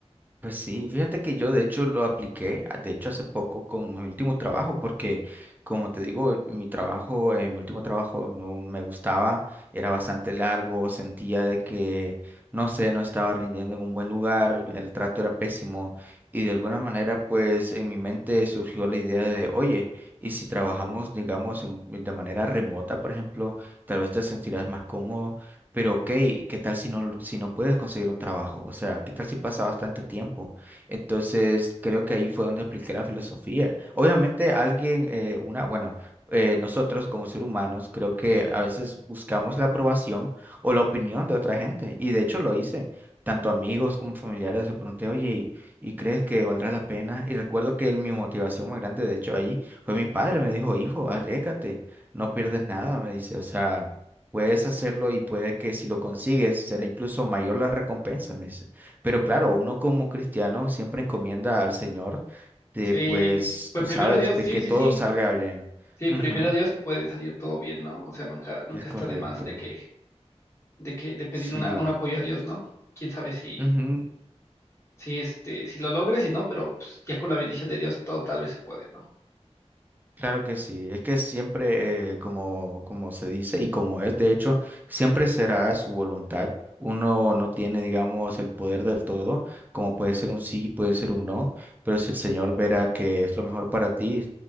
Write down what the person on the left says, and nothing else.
Sí,
pues
primero
Dios,
sí,
sí,
sí.
Sí,
primero Dios y puede salir todo bien, ¿no? O sea, nunca, nunca
está de más de que de que, de pedir
una, un apoyo a Dios, ¿no? Quién sabe si,
si este, si lo logres, si no, pero pues, ya con la bendición de Dios todo tal vez se puede, ¿no?